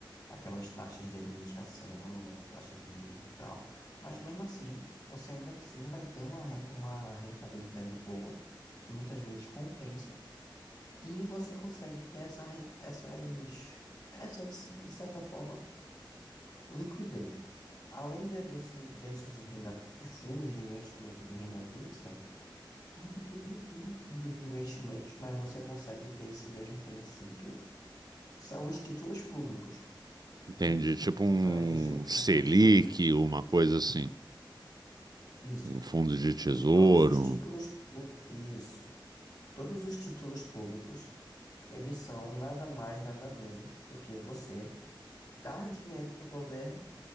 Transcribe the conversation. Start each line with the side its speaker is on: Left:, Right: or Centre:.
Left: aquelas taxas de administração, taxas de de tal. Mas mesmo assim, você ainda assim vai ter uma, re- uma rentabilidade boa, que muitas vezes compensa, e você consegue ter essa, re- essas, essa, de certa forma, liquidez. Além de- desse, desses de renda, de fundos de investimento de renda fixa, os fundos de investimentos, mas você consegue ter esse mesmo princípio, são os títulos públicos. entende?
Right: Entende? Tipo um
Left: Então existem títulos
Right: Selic,
Left: públicos.
Right: uma coisa assim,
Left: Isso.
Right: um fundo de tesouro.
Left: Todos os títulos públicos, isso. Todos os títulos públicos, eles são nada mais, nada menos do que você dar dinheiro para o governo